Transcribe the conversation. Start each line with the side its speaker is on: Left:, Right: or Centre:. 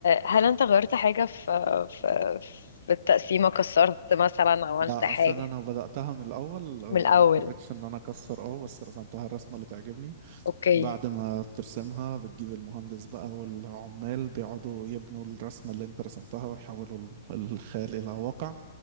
Left: هل انت غيرت حاجة في في في التقسيمة كسرت مثلا عملت
Right: لا
Left: حاجة
Right: عشان انا بداتها من الاول آه،
Left: من الأول
Right: ما اضطريتش ان انا اكسر اه بس رسمتها الرسمه اللي تعجبني
Left: اوكي
Right: بعد ما بترسمها بتجيب المهندس بقى والعمال بيقعدوا يبنوا الرسمة اللي انت رسمتها ويحولوا ال- الخيال إلى واقع